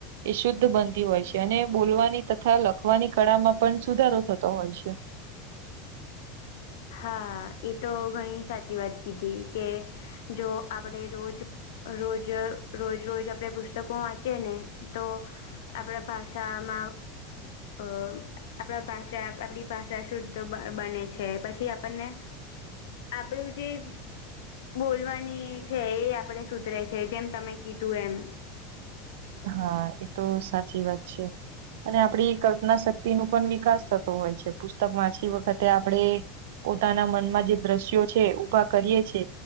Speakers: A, on the right (about 80°); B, on the left (about 85°).
A: એ શુદ્ધ બનતી હોય છે અને બોલવાની તથા લખવાની કળામાં પણ સુધારો થત તો હોય છે.
B: હા એ તો ઘણી સાચી વાત કીધી, કે જો આપડે રોજ રોજ, રોજ-રોજ આપણેે પુસ્તકો વાંચીએ ને તો આપણે ભાષામાં અહ આપણા ભાષા આપડી ભાષા શુદ્ધ બ બને છે. પછી આપણને આપણું જે બોલવાની છે એ આપણેે સુધરે છે જેમ તમે કીધું એમ.
A: હા એતો સાચી વાત છે. અને આપડી કલ્પના શક્તિ નું પણ વિકાસ થતો હોય છે. પુસ્તક વાંચી વખતે આપણે પોતાના મનમાં જે દ્રશ્યો છે, ઊભા કરીએ છે